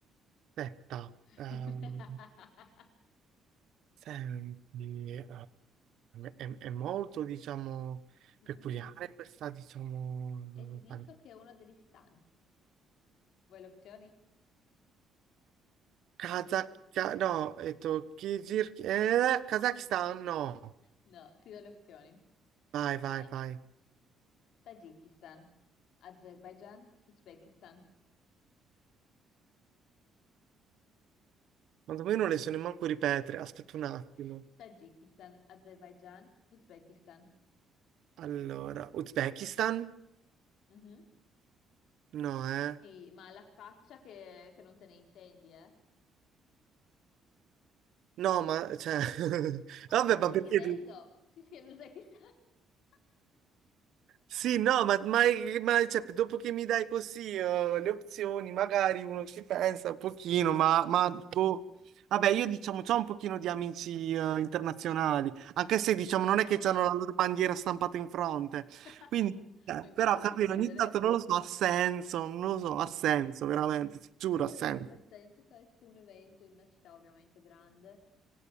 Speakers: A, on the right; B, on the left.
A: Aspetta,
B: <laughs>
A: ehm, senti, eh, è, è molto, diciamo,
B: Mm,
A: peculiare
B: mm, mm.
A: questa, diciamo,
B: E ti dico
A: pan-
B: che è uno degli stan. Vuoi le opzioni?
A: Kazakh, no, è Kirghizir, eh, Kazakistan, no.
B: No, ti do le opzioni.
A: Vai, vai,
B: Vai.
A: vai.
B: Tagikistan, Azerbaijan, Uzbekistan.
A: Ma io non le so nemmeno ripetere, aspetta
B: <laughs>
A: un attimo.
B: Tagikistan, Azerbaijan, Uzbekistan.
A: Allora, Uzbekistan?
B: Mhm.
A: No, eh.
B: Sì, ma la faccia che, che non te ne intendi, eh?
A: No, ma, cioè, <laughs>
B: Ah,
A: vabbè,
B: me lo stavi
A: ma perché?
B: chiedendo? Sì, sì, è l'Uzbekistan. <laughs>
A: Sì, no, ma, ma- ma, cioè, dopo che mi dai così eh, le opzioni, magari uno ci pensa un pochino, ma, ma, boh. Vabbè, io diciamo, c'ho un pochino di amici eh, internazionali, anche se diciamo non è
B: Ok.
A: che hanno la loro bandiera stampata in fronte.
B: <laughs>
A: Quindi, eh,
B: Ma immaginati
A: però, capito,
B: ridere.
A: ogni tanto non lo so, ha senso, non lo so, ha senso, veramente, ti giuro,
B: Però
A: ha
B: sarebbe
A: senso.
B: divertente fare tipo un evento in una città ovviamente grande,